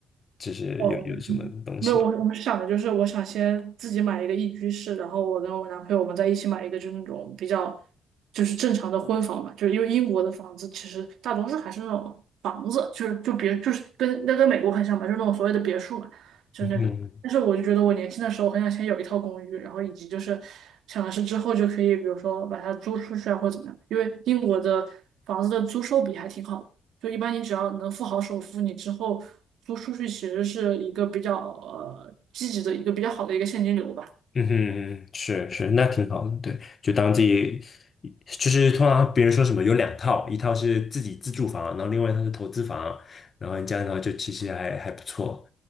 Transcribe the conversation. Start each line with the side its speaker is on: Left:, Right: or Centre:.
Left: 就是有有什么东西。
Right: 哦，没有，我我们是想的就是，我想先自己买一个一居室，然后我跟我男朋友我们在一起买一个，就是那种比较就是正常的婚房嘛，就是因为英国的房子其实大多数还是那种房子，就是就别就是跟那跟美国很像吧，就是那种所谓的别墅嘛，就是那种。
Left: 嗯
Right: 但是我就觉得我年轻的时候很想先有一套公寓，然后以及就是想的是之后就可以，比如说把它租出去啊，或者怎么样，因为英国的房子的租售比还挺好的。就一般你只要能付好首付，你之后租出去其实是一个比较呃积极的一个比较好的一个现金流吧。
Left: 嗯哼，是是，那挺好的，对，就当自己，就是通常别人说什么有两套，一套是自己自住房，然后另外一套是投资房，然后你这样的话就其实还还不错，